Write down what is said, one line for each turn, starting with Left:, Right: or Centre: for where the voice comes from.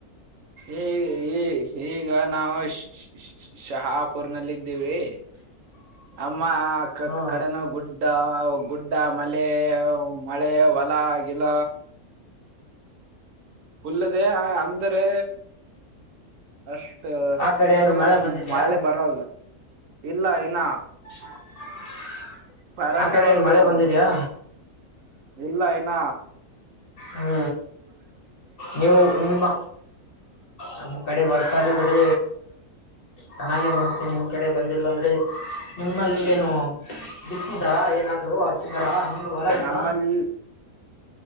Right: ಈ ಈ ಈಗ ನಾವು ಶಹಾಪುರ್ ನಲ್ಲ ಇದ್ದೀವಿ
Left: <inaudible>
Right: ಮ್ಮ
Left: ಹಾ
Right: ಕಡೆನ ಗುಡ್ಡ ಗುಡ್ಡ ಮಳೆ ಮಳೆ ಹೊಲ ಗಿಲ್ಲ ಫುಲ್ಲದೆ ಅಂದರೆ ಅ
Left: ಆ ಕಡೆ
Right: ಇದರು
Left: ಏನು
Right: ನ
Left: ಮಳೆ ಬಂದಿದ್ಯಾ
Right: ಮೆ ಬರಲ್ ಇಲ್ಲ ಏನ
Left: <inaudible>
Right: ಸರನ್ಯಒಲ್ದಾಮ
Left: ಆ ಕಡೆ ಏನ್ ಮಳೆ ಬಂದಿದ್ಯಾ
Right: ಇಲ್ಲ ಏನ್ನ
Left: ಹ್ಞ ನೀವು ನಿಮ್ಮ ನಮ್ಮ ಕಡೆ ಬರ್ತಾ ಇ ಕಡೆ ಚೆನ್ನಾಗೆ ಬರ್ತ ನಿಮ್ಮ ಕಡೆ ಬಂದಿಲ್ಲ ಅಂದ್ರೆ ನಿಮ್ಮಲ್ಲಿ ಏನು ಬಿತ್ತಿದ್ದ ಏನಾದ್ರು ಹಚಿದಾರ ಹಂಗ ಹೊಲ ಇತ
Right: ನಮ್ಮಲ್ಲಿ